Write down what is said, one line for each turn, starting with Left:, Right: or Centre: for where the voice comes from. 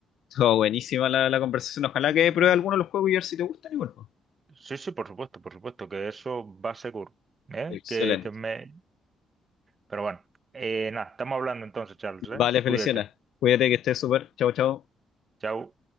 Left: todo buenísima la, la conversación. Ojalá que
Right: Eh,
Left: pruebe alguno de los juegos y a ver si te gustan igual. pues.
Right: Sí, sí, por supuesto, por supuesto, que eso va seguro. ¿eh?
Left: Excelente.
Right: Que, que me... Pero bueno, eh, nada, estamos hablando entonces, Charles, ¿eh?
Left: Vale, Feliciana.
Right: Cuídate.
Left: Cuídate que estés súper. Chao, chao.
Right: Chao.